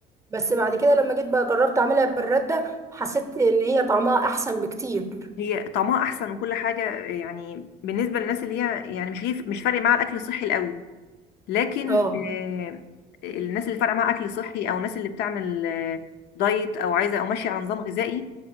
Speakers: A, on the right; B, on the left.
A: بس بعد كده لما جيت بقى جربت اعملها بالرده حسيت ان هي طعمها احسن بكتير
B: هي طعمها احسن وكل حاجه يعني بالنسبه للناس اللي هي يعني مش ليه مش فارق معاها الاكل الصحي القوي لكن
A: اه
B: آه، الناس اللي فارقه معاها اكل صحي او الناس اللي بتعمل آه، دايت او عايزه او ماشيه على نظام غذائي